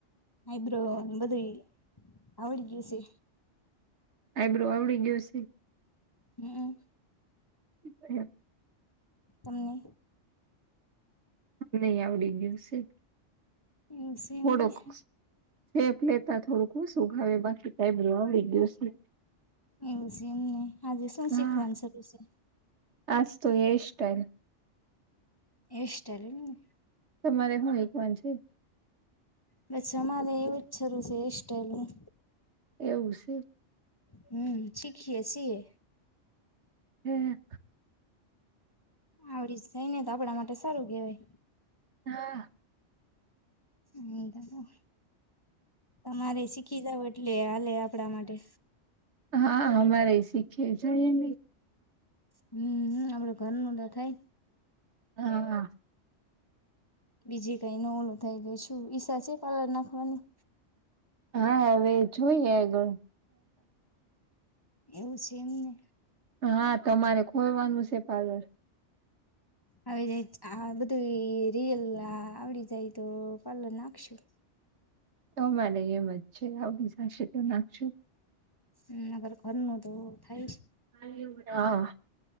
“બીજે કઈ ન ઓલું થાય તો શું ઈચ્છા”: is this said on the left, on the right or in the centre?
Left